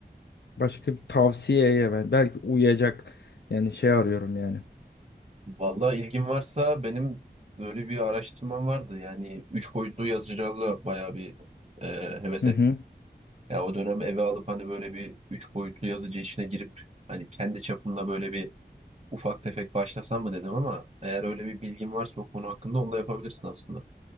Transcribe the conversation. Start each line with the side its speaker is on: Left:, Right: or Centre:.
Left: başka bir tavsiyeye ben belki uyacak yani şey arıyorum yani.
Right: vallahi ilgin varsa benim böyle bir araştırmam vardı. Yani üç boyutlu yazıcılarla bayağı bir e, heves
Left: Hı
Right: ettim.
Left: hı.
Right: Ya o dönem eve alıp hani böyle bir üç boyutlu yazıcı işine girip hani kendi çapımda böyle bir ufak tefek başlasam mı dedim ama eğer öyle bir bilgin varsa o konu hakkında onu da yapabilirsin aslında.